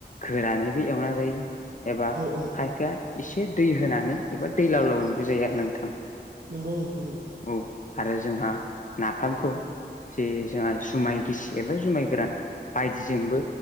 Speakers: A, on the left (about 45°); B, on the right (about 50°).
A: गोरानैबो एवना जायो एबा
B: औ औ
A: खायफाया एसे दै होनानै एबा दै लावलावबो जायो आरो नोंथां।
B: नंगौ नोंथां औ।
A: औ आरो जोंहा नाफामखौ जे जोंहा जुमाय गिसि एबा जुमाय गोरान बायदिजोंबो